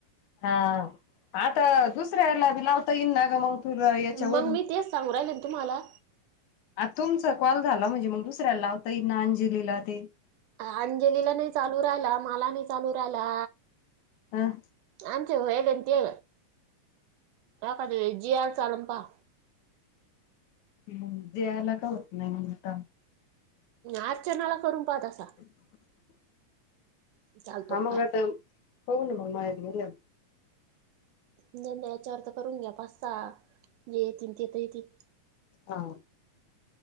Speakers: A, on the left; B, on the right.
A: हा आता दुसऱ्याला बी लावता येईन ना ग मग. तुला याच्यावरून.
B: मग मी तेच सांगू राहिले ना तुम्हाला.
A: आता तुमचा कॉल झाला म्हणजे, मग दुसऱ्या लावता येइन ना अंजलीला ते.
B: अंजलीला नाही चालू राहिला. मला नाही चालू राहिला.
A: ह.
B: आमची होईल हे ना ते. एखाद्या ज्याला चालून पहा.
A: मग जीयला का होत नाही मग आता.
B: अर्चनाला करून पाहा तसा.
A: ह. <inaudible>
B: चालतो
A: हा मग
B: काय
A: आता. बघु ना मग मळ्यात गेल्याव.
B: नाही नाही याच्यावरर्थ करून घ्या पाच सा. जे येतीन ते त येतीन
A: हा.